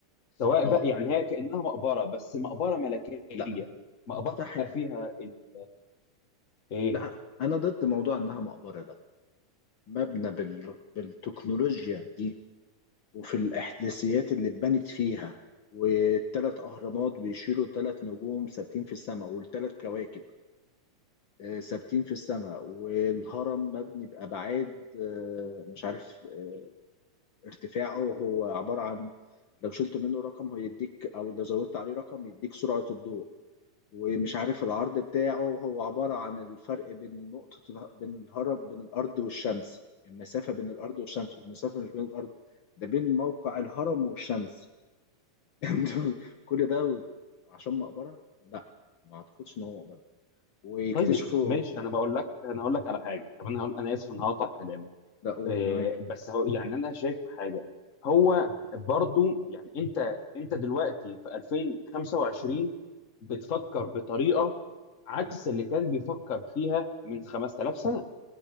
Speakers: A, on the left; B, on the left.
A: سواء
B: اه
A: بقى يعني هي كانها مقبره بس مقبره ملكيه
B: لا
A: مقبره
B: مستحيل
A: بقى فيها ال- ايه
B: لا انا ضد موضوع انها مقبره ده مبنى بال... بالتكنولوجيا دي وفي الإحداثيات اللي اتبنت فيها والتلات أهرامات بيشيلوا تلات نجوم ثابتين في السماء والتلات كواكب آه، ثابتين في السماء والهرم مبني بأبعاد آه، مش عارف آه، ارتفاعه هو عبارة عن لو شلت منه رقم هو يديك أو لو زودت عليه رقم يديك سرعة الضوء ومش عارف العرض بتاعه هو عبارة عن الفرق بين نقطة اله- بين الهرم بين الأرض والشمس المسافة بين الأرض والشمس والمسافة مش بين الأرض ده بين موقع الهرم والشمس <laughs> كل ده و- عشان مقبرة؟ لا ما أعتقدش إن هو مقبرة ويكتشفوا
A: طيب ماشي
B: و-
A: انا بقول لك انا هقول لك على حاجه طب انا هقول انا اسف ان هقطع كلامك
B: لا قول
A: إيه
B: أنا معاك
A: بس هو يعني انا شايف حاجه هو برضو يعني انت انت دلوقتي في 2025 بتفكر بطريقه عكس اللي كان بيفكر فيها من 5000 سنه